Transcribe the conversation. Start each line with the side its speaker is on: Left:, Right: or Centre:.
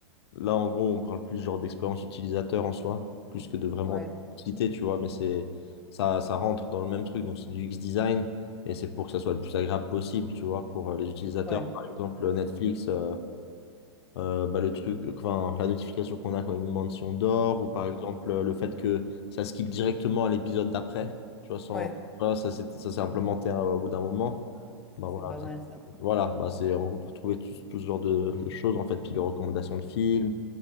Left: là, en gros, on parle plus genre d'expérience utilisateur en soi, plus que de vraiment
Centre: Ouais,
Left: citer, tu vois. Mais c'est ça, ça rentre dans le même truc. Donc c'est du UX design et c'est pour que ça soit le plus agréable possible, tu vois, pour euh, les utilisateurs.
Centre: ouais,
Left: Par exemple, Netflix. euh, euh, bah, le truc, enfin, la notification qu'on a quand une mention d'or, ou par exemple euh, le fait que ça skip directement à l'épisode d'après, tu vois, sans,
Centre: ouais.
Left: voilà, ça c'est ça s'est implémenté euh, au bout d'un moment.
Centre: Ça,
Left: Bah,
Centre: c'est
Left: voilà,
Centre: pas
Left: ça-
Centre: mal ça.
Left: voilà bah, c'est en gros pour trouver tout, tout ce genre de, de choses, en fait, puis les recommandations de films,